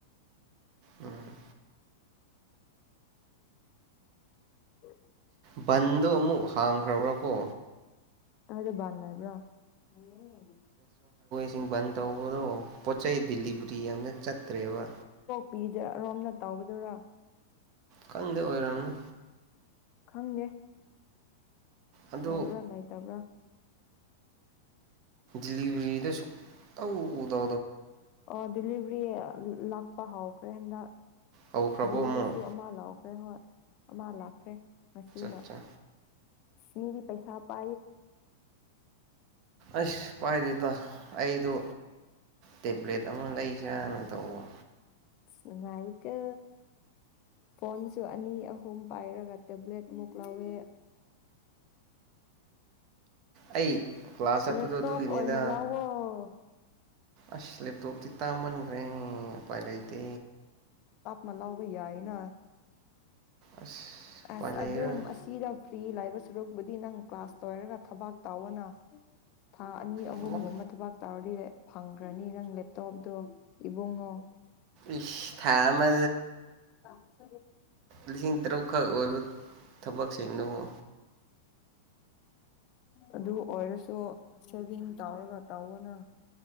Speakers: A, on the right (about 45°); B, on the left (about 40°).
A: ꯎꯝ
B: <inaudible>
A: ꯕꯟꯗꯣ ꯑꯃꯨꯛ ꯍꯥꯡꯈ꯭ꯔꯕ꯭ꯔꯥꯀꯣ
B: <unintelligible>
A: ꯟ ꯇꯧꯕꯗꯣ ꯄꯣꯠ ꯆꯩ ꯦꯂꯤꯚꯔꯤ ꯌꯥꯝꯅ ꯆꯠꯇ꯭ꯔꯦꯕ
B: ꯄꯕꯤꯗ ꯑꯔꯣꯝꯅ ꯇꯧꯕꯕꯗꯨꯔꯥ
A: ꯈꯪꯗꯦ ꯑꯣꯏꯔꯝꯅꯤ
B: ꯈꯪꯗꯦ
A: ꯑꯗꯣ
B: ꯂꯩꯥꯕ꯭ꯔꯥ ꯂꯩꯇꯕ꯭ꯔꯥ <inaudible>
A: ꯂꯤꯕꯔꯤꯗ ꯍꯧꯗꯧꯗ
B: ꯑꯣ ꯗꯂꯤꯚꯔꯤ ꯂꯥꯛ ꯄ ꯍꯥꯎꯈ꯭ꯔꯦ ꯍꯟꯗ
A: ꯍꯧꯈ꯭ꯔꯕꯣ
B: ꯚ꯭ꯌꯨꯒꯤꯁꯨ
A: ꯑꯃꯨꯛ
B: ꯑꯃ ꯂꯥꯎꯑꯣ ꯑꯦꯍꯣ ꯑꯃ ꯂꯥꯛꯈ꯭ꯔꯦ ꯉꯁꯤꯅ
A: ꯑꯠꯆꯥ
B: ꯃꯤꯅꯤꯒꯤ ꯄꯩꯁꯥꯄꯥ
A: ꯑꯁ ꯄꯥꯏꯗꯦꯗꯣ ꯑꯩꯗꯣ ꯇꯦꯕ꯭ꯂꯦꯠ ꯑꯃ ꯂꯩꯁꯤꯔꯅ ꯇꯧꯕ
B: ꯑ ꯅꯨꯡꯉꯥꯏꯀꯦ ꯐꯣꯟꯁꯨ ꯑꯅꯤ ꯑꯍꯨꯝ ꯄꯥꯏꯔꯒ ꯇꯦꯕ꯭ꯂꯦꯠꯃꯨꯛ ꯂꯧꯥꯎꯋꯦ
A: ꯑꯩ ꯀ꯭ꯂꯥꯁ
B: ꯎ
A: ꯆꯠꯄꯗꯣ
B: ꯂꯦꯞꯇꯣꯄ
A: ꯑꯗꯨꯒꯤꯅꯤꯗ
B: ꯑꯣꯏꯅ ꯂꯑꯣꯣ
A: ꯑꯁꯂꯦ ꯇꯣ ꯇꯤ ꯇꯥꯃꯟꯒ꯭ꯔꯦ ꯄꯥꯏꯂ ꯏꯇꯦ
B: ꯃꯂ ꯎꯕ ꯌꯥꯏꯅ
A: ꯑꯁ ꯎꯄꯥꯏ
B: ꯑꯁ
A: ꯂꯩꯔꯔꯣꯏ
B: ꯑꯗꯨꯝ ꯑꯁꯤꯗ ꯐ꯭ꯔꯤ ꯂꯥꯏꯕ ꯁꯔꯨꯛꯄꯨꯗꯤ ꯅꯪ ꯀ꯭ꯂꯥꯁ ꯂꯣꯏꯔꯒ ꯊꯕꯥꯛ ꯇꯥꯎꯋꯅ ꯊꯥ ꯑꯅꯤ ꯑꯍꯨꯝꯒꯨꯝꯕ
A: ꯊꯕꯛ
B: ꯊꯕꯛ ꯇꯧꯔꯗꯤ ꯐꯪꯈ꯭ꯔꯅꯤ ꯅꯪ ꯂꯦꯞꯇꯣꯞꯇꯣ ꯏꯕꯨꯡꯉꯣ
A: ꯏꯁ ꯊꯥ ꯑꯃ
B: ꯑ
A: ꯂꯤꯁꯤꯡ ꯇꯔꯨꯛꯈꯛ ꯑꯣꯏꯕ ꯊꯕꯛꯁꯤꯡꯗꯨꯕꯨ
B: ꯑꯗꯨ ꯑꯣꯏꯔꯁꯨ ꯁꯦꯚꯤꯡ ꯇꯧꯔꯒ ꯇꯧꯕꯅ